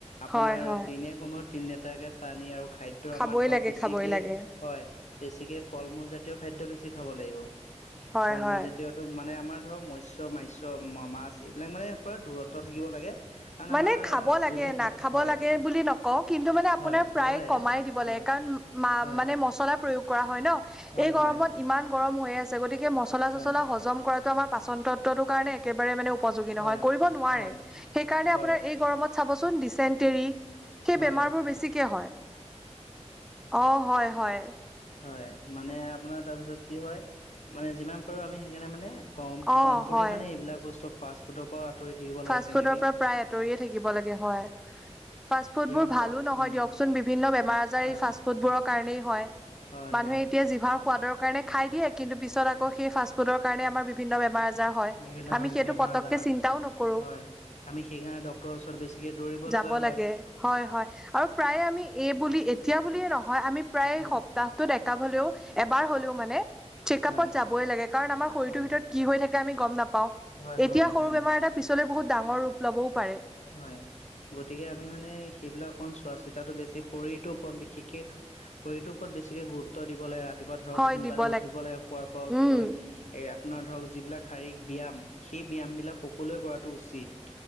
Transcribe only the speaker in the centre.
হয় হয়
খাবই
লাগে
খাবই লাগে
হয়
হয়।
মানে
খাব লাগে
নাখাব
লাগে বুলি নকওঁ কিন্তু মানে আপোনাৰ
প্ৰায়
কমাই দিব
লাগে কাৰণ ম- মা-মানে
মচলাৰ প্ৰয়োগ কৰা হয় ন'
এই গৰমত
ইমান গৰম হৈ আছে গতিকে মছলা
চচলা হজম কৰাটো আমাৰ পাচন তত্বটোৰ কাৰণে একেবাৰে মানে উপযোগী
নহয় কৰিব নোৱাৰে
সেইকাৰণে
আপোনাৰ এই গৰমত চাবচোন ডিচেণ্টেৰী সেই
বেমাৰবোৰ বেছিকে হয়, অ' হয় হয়।
অ
হয়
ফাষ্ট
ফুডৰ পৰা প্ৰায় আঁতৰিয়ে থাকিব লাগে হয়। ফাষ্টফুডবোৰ
ভালো
নহয়
দিয়কচোন বিভিন্ন বেমাৰ আজাৰ
এই ফাষ্ট ফুডবোৰক কাৰণেই হয়,
মানুহে
এতিয়া জিভাৰ সোৱাদৰ কাৰণে খায় দিয়ে কিন্তু পিছত আকৌ সেই ফাষ্টফুডৰ কাৰণে আমাৰ বিভিন্ন বেমাৰ আ আজাৰ হয়
আমি সেইটো
পতকে
চিন্তাও ন <unintelligible>
যাব
লাগে
হয় হয় আৰু প্ৰায় আমি এই বুলি এতিয়া বুলিয়ে নহয় আমি প্ৰায়
সপ্তাহটোত ডেকা হ'লেওঁ এবাৰ হ'লেওঁ মানে চেকআপত
যাবই লাগে কাৰণ আমাৰ শৰীৰৰ
ভিতৰত কি হৈ থাকে আমি গ'ম নাপাওঁ,
এতিয়া
সৰু
বেমাৰ এটা পিছলৈ বহুত ডাঙৰ ৰূপ ল'বওঁ পাৰে।
হয়
দিব
উম